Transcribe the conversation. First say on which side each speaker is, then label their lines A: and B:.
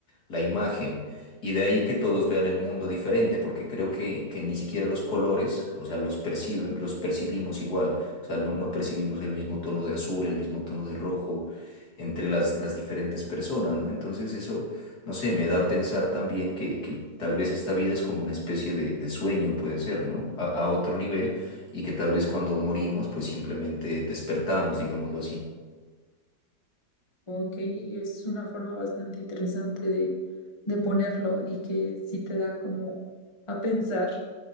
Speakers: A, on the left; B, on the left.
A: la imagen. Y de ahí que todos vean el mundo diferente, porque creo que, que ni siquiera los colores, o sea, los perciben, los percibimos igual. O sea, no, no percibimos el mismo tono de azul, el mismo tono de rojo entre las, las diferentes personas, ¿no? Entonces eso, no sé, me da a pensar también que, que tal vez esta vida es como una especie de, de sueño, puede ser, ¿no? A, a otro nivel, y que tal vez cuando morimos, pues simplemente despertamos, digámoslo así.
B: Ok, es una forma bastante interesante de, de ponerlo y que sí te da como a pensar.